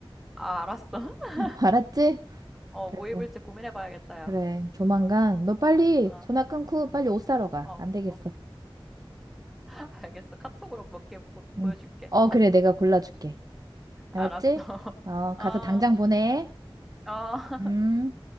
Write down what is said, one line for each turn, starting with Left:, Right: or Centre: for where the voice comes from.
Centre: 아 알았어. <laughs>
Right: <laughs> 알았지?
Centre: 어
Right: 그래서.
Centre: 뭐 입을지 고민해 봐야겠다 야.
Right: 그래, 조만간 너 빨리
Centre: 어.
Right: 전화 끊고 빨리 옷 사러 가.
Centre: 어.
Right: 안 되겠어.
Centre: <laughs> 알겠어. 카톡으로 몇 개 곧
Right: 응.
Centre: 보여줄게.
Right: 어, 그래, 내가 골라줄게. 알았지?
Centre: 알았어. <laughs>
Right: 어, 가서
Centre: 어.
Right: 당장 보내.
Centre: 어.
Right: 음.